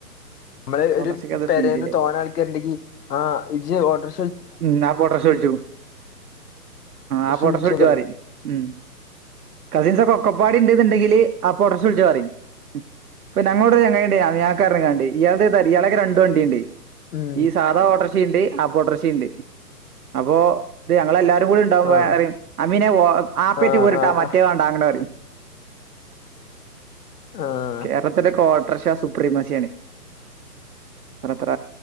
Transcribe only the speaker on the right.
ഓട്ടോറിക്ഷയ്ക്ക്
അത്
ഫീലില്ലേ
ഉം ആപോട്ടോർഷൽച്ചും
ആപ്പൊട്ടോർച്ചൽച്ചോറിം
ഉം കസിൻസ്ക്കെ ഒക്കപ്പടിണ്ട് ണ്ടെന്നണ്ടെങ്കില് ആപ്പൊട്ടോർക്ഷളിച്ചോറിം പ്പ ഞങ്ങളോടെരു ചെങ്ങായിണ്ട് <unintelligible> ഇയാൾത് ത ഇയാളെക്കെ രണ്ട് വണ്ടിണ്ട്.
ഈ സാധ ഓട്ടോർഷിണ്ട് ആപ്പൊട്ടോർഷിണ്ട് അപ്പോ ഇത് ഞങ്ങളല്ലാരും കൂടെണ്ട് ണ്ടവുബൊറിം
അമീനെ ഒ ആപ്പേറ്റ്
പോരിട്ടാ
മറ്റേ
വാണ്ട അങ്ങനെ പറിം.
കേരളത്തിലെക്കെ ഓട്ടോർഷാ സുപ്രീമാസിണ് ത്ര ത്ര